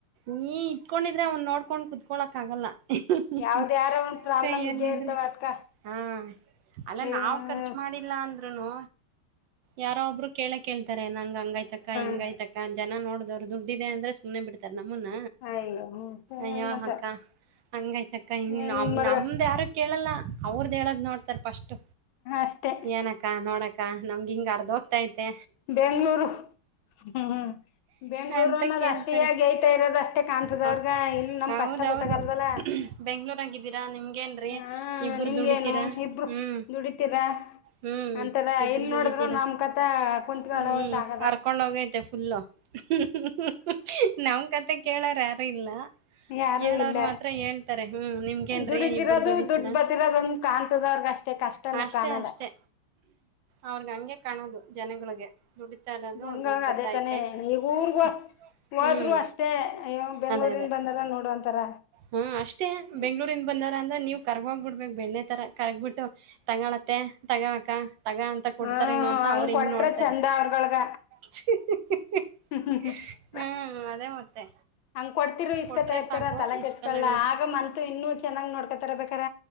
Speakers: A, on the right (about 75°); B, on the left (about 80°).
A: ನೀ ಇಟ್ಕೊಂಡಿದ್ರೆ ಅವ್ನ್ ನೋಡ್ಕೊಂಡ್ ಕೂ ಕುತ್ಕೊಳಕ್ಕಾಗಲ್ಲ ಹಿ ಹ್ಹಿ
B: ಯಾವ್ದ ಯಾರ ಒಂದ್ ಪ್ರಾಬ್ಲಮ್
A: ಕೈಯಲ್ಲಿದ್ರೆ
B: ಇದ್ದೇ ಇರ್ತಾವ ಅದ್ಕ
A: ಹಾ ಅಲ್ಲ
B: ಹ್ಮ
A: ನಾವ್ ಖರ್ಚು ಮಾಡಿಲ್ಲ ಅಂದ್ ಇದ್ರುನು ಯಾರೋ ಒಬ್ರು ಕೇಳ ಕೇಳ್ ತರೆ ನಂಗ ಹಂಗೈತಕ ಹಿಂಗೈತಕ್ಕ
B: ಹಾ
A: ಅಂತ ಜನ ನೋಡ್ ಅವ್ರ್ ದುಡ್ಡಿದೆ ಅಂದ್ರೆ ಸುಮ್ನೆ ಬಿಡ್ತಾರ್ ನಮ್ಮುನ್ನ
B: ಅಯ್ಯೋ
A: ಅಯ್ಯ
B: ಮತ್ತ
A: ಅಕ್ಕ ಹಂಗಾಯ್ತಕ್ಕ ಹಿಂಗ್
B: ಹೆಂಗ
A: ನಮ್
B: ಮಾಡ್ಗ
A: ನಮ್ದ್ಯಾರು ಕೇಳಲ್ಲ ಅವ್ರದ ಹೇಳದ್ ನೋಡ್ತಾರ ಪಸ್ಟ್
B: ಅಷ್ಟೆ
A: ಏನಕ್ಕ ನೋಡಕ್ಕ ಅ ನಮ್ಗೆ ಹಿಂಗ ಅರ್ದ ಹೋಗ್ತಾೈತೆ
B: ಬೆಂಗ್ಳೂರು ಹ್ಮ ಹ್ಮ ಬೆಂಗ್ಳೂರು
A: ಅಂತ
B: ಅನ್ನೋದ್
A: ಕೇಳ್ತಾರೆ
B: ಅಷ್ಟ ಈ ಯತಾ ಇರೋದ ಅಷ್ಟೇ ಕಾಣ್ತದ
A: ಹ
B: ಅವ್ರಗ ಇಲ್ ನಮ್
A: ಹೌದೌದು
B: ಕಷ್ಟ ಗೊತ್ತಾಗಲ್ವಲ್ಲ
A: ಬೆಂಗ್ಳೂರಾಗಿದ್ದೀರಾ ನಿಮ್ಗೇನ್ರೀ
B: ಹಾ
A: ಇಬ್ಬರು
B: ನಿಮ್ಗೇನು
A: ದುಡಿತೀರಾ
B: ಇಬ್ರು
A: ಹ್ಮ್
B: ದುಡಿತೀರ
A: ಹ್ಮ್
B: ಅಂತಾರ
A: ಇಬ್ರು
B: ಇಲ್
A: ದುಡಿತೀರಾ
B: ನೋಡಿದ್ರ ನಮ್ ಕತ ಕುತ್ಗಳವತ್
A: ಹ್ಮ್
B: ಆಗದ
A: ಅರ್ಕೊಂಡ್ ಹೋಗತಿ ತ್ತಫುಲ್ಲ ಹ್ಮ ನಾವ ಕತೆ ಕೇಳಾರ ಯಾರು ಇಲ್ಲ
B: ಯಾರು
A: ಏಳ್
B: ಇಲ್ಲ
A: ಅವ್ರ ಮಾತ್ರ ಹೇಳ್ತಾರೆ ಹ್ಮ್ ನಿಮ್ಗೇನ್ರೀ
B: ದುಡಿತಿರೋದು
A: ಇಬರು ದುಡಿತೀರ
B: ದುಡ್ ಬತಿರೋದ ಒಂದ ಕಾಣ್ತದವ್ರಗ ಅಷ್ಟೇ ಕಷ್ಟನು
A: ಅಷ್ಟೇ
B: ಕಾಣಲ್ಲ
A: ಅಷ್ಟೆ ಅವ್ರಗ ಹಂಗೆ ಕಾಣೋದು ಜನಗಳಿಗೆ ದುಡಿತಾ ಅನ್ನೋದು
B: ಜನಗಳಗ
A: ದುಡ್ಡು ಬತ್ತೈತೆ
B: ಅದೇ ತಾನೆ
A: <inaudible>
B: ಈಗ ಊರ್ಗೋ ಹೋದ್ರು
A: ಹ್ಮ್
B: ಅಷ್ಟೇ ಅಯ್ಯೋ ಬೆಂಗ್ಳೂರಿಂದ
A: ಅದೇ ಅದೇ
B: ಬಂದಾರ ನೋಡು ಅಂತಾರ
A: ಹ್ಮ್ ಅಷ್ಟೇ
B: ಹ್ಮ್
A: ಬೆಂಗ್ಳೂರಿಂದ ಬಂದಾರ ಅಂದ್ರೆ ನೀವ್ ಕರ್ಗ ಹೋಗ್ಬ ಬಿಡ್ಬೇಕು ಬೆಣ್ಣೆ ತರ ಕರ್ಗ್ಬಿಟ್ಟು ತಗಳತ್ತೆ ತಗಅಕಾ ತಗ ಅಂತ ಕೊಡ್ತಾರೇನು
B: ಹ್ಮ್
A: ಅಂತ
B: ಹಂಗ್
A: ಅವ್ರ
B: ಕೊಟ್ರ
A: ಹಿಂಗ ನೋಡ್ತಾರೆ.
B: ಚಂದ ಅವ್ರಗಳ್ಗ
A: <unintelligible>
B: <unintelligible>
A: ಹ್ಮ್ ಅದೇ ಮತ್ತೆ
B: ಹಂಗ ಕೊಡ್ತಿರು ಇಸ್ಕೊತಾ
A: ಕೊಟ್ರೆ
B: ಇರ್ತಾರ
A: ಸಾಕು
B: ತಲಾ
A: ಇಸ್ಕಲಣ
B: ಕೆಟ್ಸ್ಕ ಆಗ ಮಂತತ್ ಇನ್ನುೂ ಚೆನ್ನಾಗ್ ನೋಡ್ಕೊತಾರ ಬೇಕಾರ